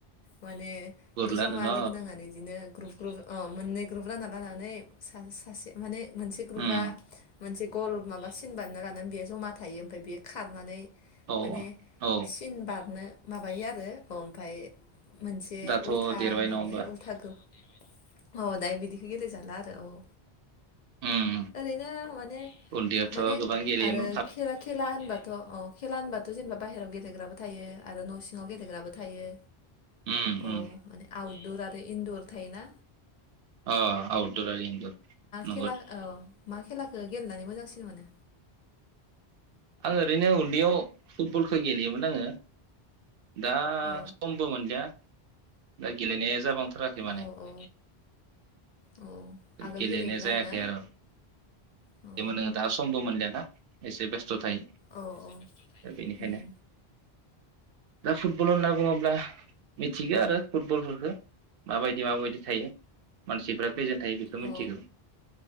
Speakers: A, on the left (about 55°); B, on the right (about 65°).
A: माने
B: गुरलानो
A: जमा
B: न
A: लोगो नांनानै बिदिनो ग्रुप ग्रुप अ मोननै ग्रुप रानना लानानै सा-सासे माने मोनसे ग्रुपा
B: उम
A: मोनसे गल माबा सिनबानायना लाना बेयाव जमा थायो ओमफ्राय बे खारनानै
B: औ
A: माने
B: औ
A: सिन बारनो माबायो आरो ओमफाय मोनसे
B: दाथ'
A: उल्था
B: देरबाय
A: माने
B: नङा होमबा
A: उल्था गो औ दायो बिदिखौ गेले जाला आरो औ
B: उम
A: ओरैनो माने
B: उन्दैयावथ'
A: माने
B: गोबां गेलेयोमोन
A: आरो खेलाखौ खे खेला होनबाथ' अ खेला होनबाथ' जेनेबा बाहेरायाव गेलेग्राबो थायो आरो न' सिङाव गेलेग्राबो थायो
B: उम उम
A: औ दुर आरो इन्दुर थायोना
B: अ आउटदुर आरो इन्दुर
A: खेलाखौ औ मा खेलाखौ गेलेनानै मोजांसिन मोनो?
B: आं ओरैनो उन्दैयाव फुटबलखौ गेलेयोमोन आङो दा
A: औ
B: समबो मोनलिया दा गेलेनाया जाबांथाराखै माने
A: औ औ औ आगोल
B: गेलेनाय
A: गेलेयोमोन
B: जायाखै
A: आरोना
B: आरो
A: औ
B: जनो दा समबो मोनलियाना एसे बेस्थ' थायो
A: औ औ
B: दा बेनिखायनो
A: उम
B: दा फुटबल होनना बुङोब्ला मिथिगौ आरो फुटबलफोरखौ माबायदि माबायदि थायो मानसिफ्रा खैजोन थायो बेखौ
A: अ
B: मिथिगौ